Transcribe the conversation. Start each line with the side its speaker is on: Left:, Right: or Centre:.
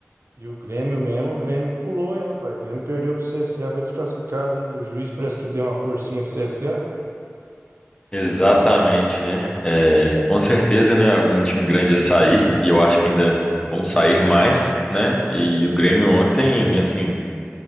Right: e o Grêmio mesmo. O Grêmio pulou, hein, rapaz? O Grêmio perdeu pro CSA, foi desclassificado, hein? E o juiz parece que deu uma forcinha pro CSA.
Left: Exatamente, né? É, com certeza, né? Algum time grande ia sair e eu acho que ainda vão sair mais, né? E o Grêmio ontem, assim,